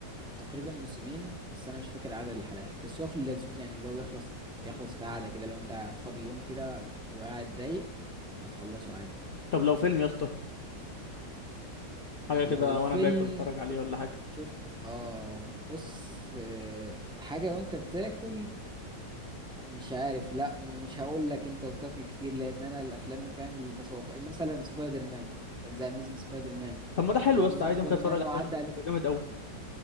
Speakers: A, in the centre; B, on the left.
A: تقريبا موسمين بس أنا مش فاكر عدد الحلقات بس هو في اللذوذ يعني اللي هو بيخلص يخلص في قعدة كده لو أنت فاضي يوم كده وقاعد رايق هتخلصه عادي
B: طب لو فيلم يا اسطى حاجه
A: لو
B: كده
A: فيلم
B: وانا باكل اتفرج عليه ولا حاجه
A: شفت آه بص آه، حاجة وأنت بتاكل مش عارف لا مش هقول لك انت بتاكل كتير لان انا الافلام فاهم التسوق مثلا سبايدر مان ذا اميزنج سبايدر مان
B: طب ما ده حلو
A: ذا اميزنج
B: يا اسطى عادي
A: سبايدر
B: ممكن اتفرج
A: مان هو
B: عليه
A: عدى
B: وانا باكل
A: عليه
B: ده جامد قوي